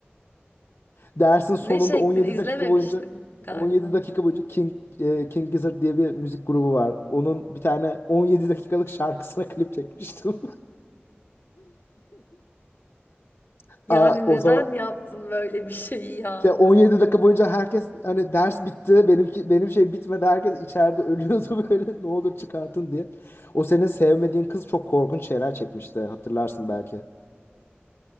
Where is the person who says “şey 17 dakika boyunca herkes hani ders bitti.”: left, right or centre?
Left